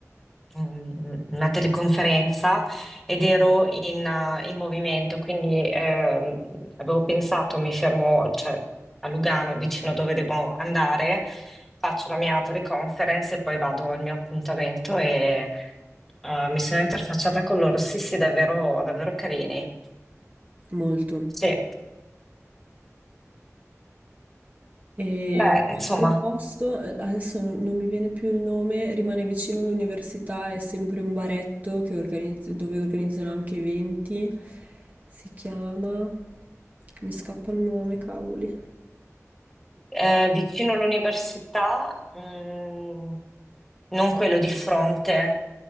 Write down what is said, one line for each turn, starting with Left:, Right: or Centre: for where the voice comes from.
Centre: mm, una teleconferenza ed ero in, eh, in movimento, quindi ehm, avevo pensato, mi fermo, cioè, a Lugano, vicino dove devo andare, faccio la mia teleconferenza e poi vado al mio appuntamento e eh, mi sono interfacciata con loro. Sì, sì, davvero, davvero carini.
Right: molto.
Centre: Sì.
Right: E
Centre: Beh,
Right: un
Centre: insomma.
Right: altro posto, eh, adesso non non mi viene più il nome, rimane vicino all'università, è sempre un baretto che organizz- dove organizzano anche eventi. Si chiama... Mi scappa il nome, cavoli.
Centre: eh, vicino all'università, mm, non quello di fronte,